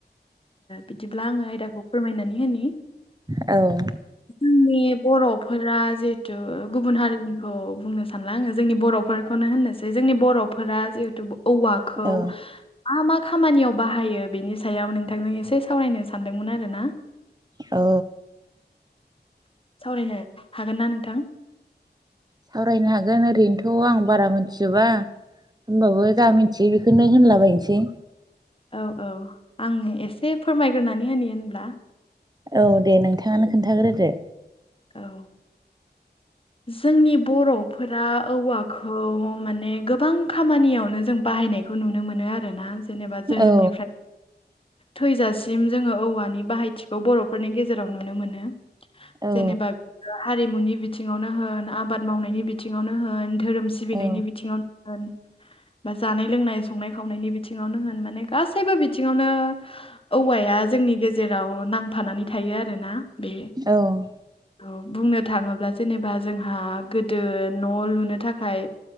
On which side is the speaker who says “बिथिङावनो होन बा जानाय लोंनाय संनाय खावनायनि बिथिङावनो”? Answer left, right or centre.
Left